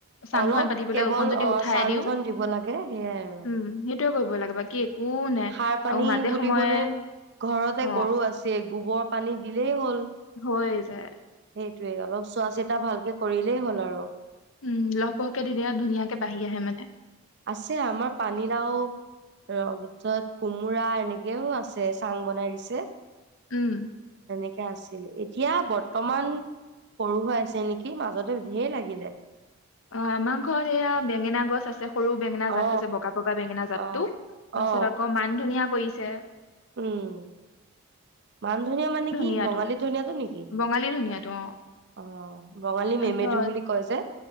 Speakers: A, on the left; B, on the right.
A: চাংখন
B: অলপ
A: পাতি পেলাই
B: কেৱল
A: অকণ যদি
B: অঁ
A: উঠাই
B: চাংখনন
A: দিওঁ
B: দিব লাগে, সেইয়াই আৰু।
A: উম সেইটোয়ে কৰিব লাগে বাকী একো নাই
B: সাৰ পানী
A: আৰু মাজে
B: বুলিবলে
A: সময়ে
B: ঘৰতে
A: অ
B: গৰু আছেই, গোবৰ পানী দিলেই হ'ল।
A: হৈ যায়।
B: সেইটোৱেই অলপ, চোৱা চিতা ভালকে কৰিলেই হ'ল আৰু।
A: উম লহপহকে তেতিয়া ধুনীয়াকে বাঢ়ি আহে মানে।
B: আছে আমাৰ পানীলাও, তাৰ পিছত কোমোৰা এনেকেও আছে, চাং বনাই দিছে।
A: উম।
B: এনেকে আছিল এতিয়া বৰ্তমান সৰু হৈ আছে নেকি, মাজতে ধেই লাগিলে।
A: অঁ আমাৰ ঘৰত এয়া বেঙেনা গছ আছে সৰু বেঙেনা জাতটো
B: অ
A: যে, বগা বগা বেঙেনা জাত
B: অ
A: টো, তাৰপিছত
B: অ
A: আকৌ মান ধনীয়া কৰিছে।
B: উম। মান ধনিয়া মানে
A: ধনিয়াটো
B: কি বঙালী ধনিয়াটো নেকি?
A: বঙালী ধনিয়াটো অ
B: অঁ বঙালী মেমেধু
A: তাৰপিছত
B: বুলি কয় যে।